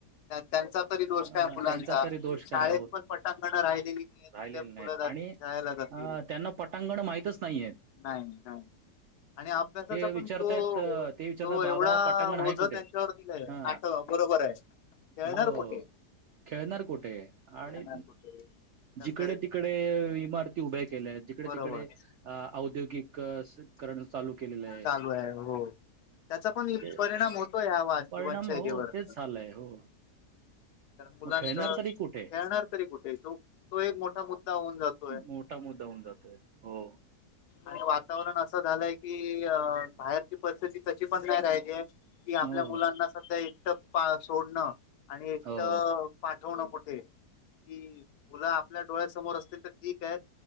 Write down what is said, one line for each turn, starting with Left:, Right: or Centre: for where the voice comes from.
Left: त्यात त्यांचा तरी
Right: आहेत
Left: दोष
Right: अ,
Left: काय मुलांचा?
Right: त्यांचा तरी
Left: -
Right: दोष
Left: शाळेत
Right: काय हो
Left: पण पटांगण राहिलेली- आहेत
Right: राहिलेले
Left: कि त्या मुलं
Right: नाहीत.
Left: जात
Right: आणि
Left: खेळायला जातील
Right: अ त्यांना पटांगण माहितच नाहीहेत.
Left: नाही नाही. आणि अभ्यासाचा
Right: विचारतायत
Left: पण जो,
Right: अ,
Left: जो
Right: ते विचारतात बाबा
Left: एवढा
Right: पटांगण आहे
Left: ओझ त्यांच्यावर-
Right: कुठे
Left: आता
Right: हा
Left: बरोबर आहे. खेळणार
Right: हो
Left: कुठे?
Right: खेळणार कुठे? आणि-
Left: खेळणार कुठे एकंदरीत
Right: जिकडे तिकडे इमारती उभ्या केल्यात. जिकडे
Left: बरोबर
Right: तिकडे अ औद्योगिक- करण चालू केलेलं
Left: चालू आहे हो. त्याचा पण
Right: म्हणजे
Left: परिणाम होतोय. हा. आवाज जीवनशैलीवर
Right: परिणाम हो तेच
Left: -
Right: झालंय हो.
Left: कारण मुलांच
Right: मग खेळणार
Left: खेळणार
Right: तरी कुठे?
Left: तरी कुठे? तो तो एक मोठा मुद्दा होऊन जातो.
Right: मोठा मुद्दा होऊन जातोय. हो.
Left: हो. वातावरण असं झालंय की अ बाहेरची परिस्थिती तशी पण नाही राहिलीय. कि आपल्या
Right: हो,
Left: मुलांना सध्या एकट पा सोडणं आणि एकट-
Right: हो,
Left: पाठवणं कुठे कि मुलं आपल्या डोळ्यासमोर असतील तर ठीक आहेत